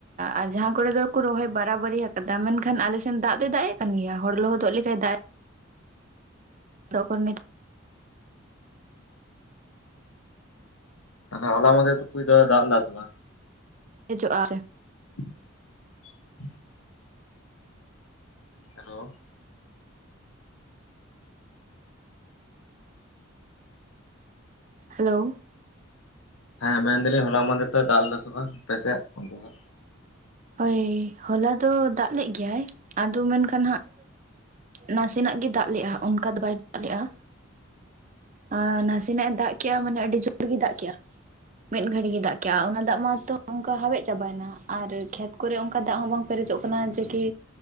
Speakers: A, on the right; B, on the left.
A: ᱟᱨ ᱡᱟᱦᱟᱸ ᱠᱚᱨᱮ ᱫᱚ ᱠᱚ ᱨᱚᱦᱚᱭ ᱵᱟᱨᱟᱵᱟᱨᱤ ᱟᱠᱟᱫᱟ ᱢᱮᱱᱠᱷᱟᱱ ᱟᱞᱮ ᱥᱮᱱ ᱫᱟᱜ ᱫᱚᱭ ᱫᱟᱜ ᱮ ᱠᱟᱱ ᱜᱮᱭᱟ ᱦᱚᱲ ᱞᱚᱦᱚᱫᱚᱜ ᱞᱮᱠᱟᱭ ᱫᱟᱜ᱾ <unintelligible>
B: ᱛᱟᱦᱞᱮ ᱦᱚᱞᱟ ᱢᱟᱦᱫᱮᱨ <inaudible> ᱫᱟᱜ ᱞᱮᱫᱟᱭ ᱥᱮ ᱵᱟᱝ᱾
A: ᱦᱤᱡᱩᱜᱼᱟ᱾
B: <unintelligible> ᱦᱮᱞᱳ᱾
A: ᱦᱮᱞᱳ᱾
B: ᱦᱮᱸ ᱢᱮᱱ ᱫᱟᱞᱤᱧ ᱦᱚᱞᱟ ᱢᱟᱫᱮᱨ ᱫᱚᱭ ᱫᱟᱞ ᱞᱮᱫᱟ ᱥᱮ ᱵᱟᱝ ᱟᱯᱮ ᱥᱮᱫ ᱚᱱᱛᱮ ᱫᱚ᱾
A: ᱦᱳᱭ ᱦᱚᱞᱟ ᱫᱚ ᱫᱟᱜ ᱞᱮᱫ ᱜᱮᱭᱟᱭ ᱟᱫᱚ ᱢᱮᱱᱠᱷᱟᱱ ᱦᱟᱸᱜ ᱱᱟᱥᱮᱱᱟᱜ ᱜᱮ ᱫᱟᱜ ᱞᱮᱜᱼᱟ ᱚᱱᱠᱟ ᱫᱚ ᱵᱟᱭ ᱫᱟᱜ ᱞᱮᱫᱼᱟ᱾ ᱟᱨ ᱱᱟᱥᱮᱱᱟᱜ-ᱮ ᱫᱟᱜ ᱠᱮᱜᱼᱟ ᱢᱟᱱᱮ ᱟᱹᱰᱤ ᱡᱳᱨ ᱜᱮ ᱫᱟᱜ ᱠᱮᱜᱼᱟ᱾ ᱢᱤᱫ ᱜᱷᱟᱹᱲᱤᱡ ᱜᱮ ᱫᱟᱜ ᱠᱮᱫᱼᱟ ᱚᱱᱟ ᱫᱟᱜ ᱢᱟᱛᱚ ᱚᱱᱠᱟ ᱦᱟᱣᱮᱫ ᱪᱟᱵᱟᱭᱮᱱᱟ ᱟᱨ ᱠᱷᱮᱛ ᱠᱚᱨᱮ ᱚᱱᱠᱟ ᱫᱟᱜ ᱦᱚᱸ ᱵᱟᱝ ᱯᱮᱨᱮᱡᱚᱜ ᱠᱟᱱᱟ ᱡᱮ ᱠᱤ